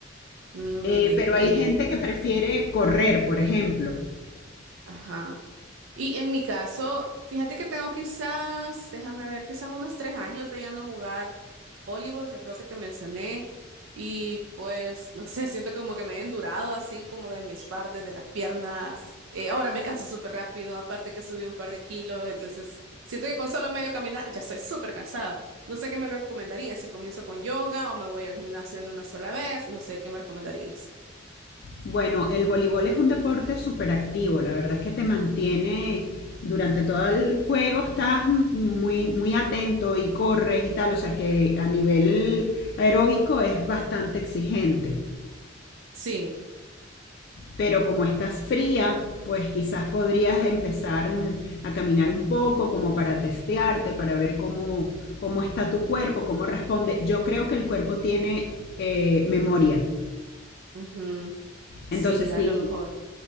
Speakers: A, on the right; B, on the left.
A: Mm,
B: Eh,
A: entiendo.
B: pero hay gente que prefiere correr, por ejemplo,
A: Ajá. Y en mi caso, fíjate que tengo quizás, déjame ver, quizás unos tres años de ya no jugar voleibol, que creo que te mencioné. Y pues, no sé, siento como que me he endurado así como de mis partes, de las piernas. Eh, ahora me canso súper rápido, aparte que subí un par de kilos, entonces siento que con solo medio caminar ya estoy súper cansada. No sé qué me recomendarías, si comienzo con yoga o me voy al gimnasio de una sola vez, no sé qué me recomendarías.
B: Bueno, el voleibol es un deporte súper activo, la verdad es que te mantiene durante todo el juego, estás muy, muy atento y corres y tal, o sea que a nivel aeróbico es bastante exigente,
A: Sí,
B: pero como estás fría, pues quizás podrías empezar mm, a caminar un poco como para testearte, para ver cómo, cómo está tu cuerpo, cómo responde. Yo creo que el cuerpo tiene eh, memoria,
A: ujú, Sí,
B: entonces sí
A: a lo mejor.